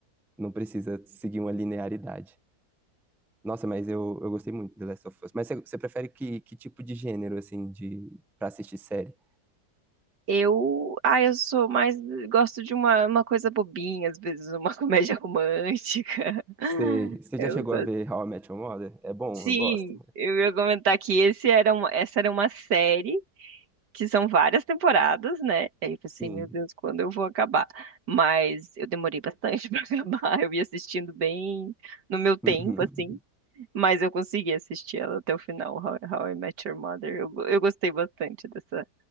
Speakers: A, in the centre; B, on the right (about 75°).
A: não precisa seguir uma linearidade. Nossa, mas eu, eu gostei muito de The Last of Us. Mas você, você prefere que, que tipo de gênero, assim, de, pra assistir série?
B: Eu, ah, eu sou mais, gosto de uma, uma coisa bobinha, às vezes uma <laughs> comédia romântica.
A: Sei. Você
B: Eu
A: já chegou
B: gosto.
A: a ver How I Met Your Mother? É bom,
B: Sim,
A: eu gosto.
B: eu ia comentar que esse era uma, essa era uma série que são várias temporadas, né? Aí eu pensei,
A: Sim.
B: meu Deus, quando eu vou acabar? Mas eu demorei bastante <laughs> para acabar. Eu ia assistindo bem no meu tempo,
A: Uhum.
B: assim. Mas eu consegui assistir ela até o final, How, How I Met Your Mother. Eu, go- eu gostei bastante dessa.